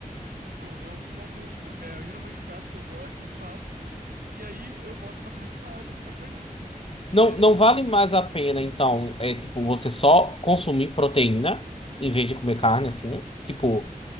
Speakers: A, on the right; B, on the left.
A: Tipo, eu, eu como. é, geralmente os pratos que eu gosto, eu faço, e aí eu boto uma carne separada pra, pra comer junto, entendeu?
B: Não,
A: E é assim
B: não
A: que eu
B: vale
A: faço.
B: mais a pena, então, é tipo, você só consumir proteína em vez de comer carne, assim. Tipo,